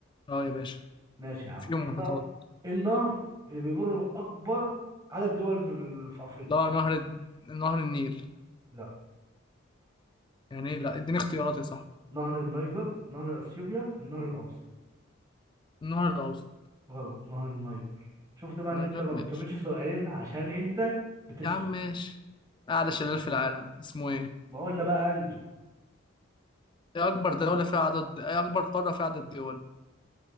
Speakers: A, on the left; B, on the right.
A: أه يا باشا
B: ماشي يا عم
A: فيهم
B: ايه
A: محيطات
B: النهر إيه النهر اللي بيمر بأكبر عدد دول من في أفريقيا
A: ده نهر الد- نهر النيل
B: لا
A: يعني إيه لا اديني اختيارات يا صاحبي
B: نهر النيجر نهر أثيوبيا النهر الأوسط
A: النهر الأوسط
B: غلط نهر النيجر شفت بقى
A: نيجر
B: ان انت ما بتكملش
A: ماشي
B: سؤالين عشان انت بتسرق
A: يا عم ماشي أعلى شلال في العالم اسمه إيه؟
B: ما قلنا بقى انجل
A: إيه أكبر دولة فيها عدد إيه أكبر قارة فيها عدد دول؟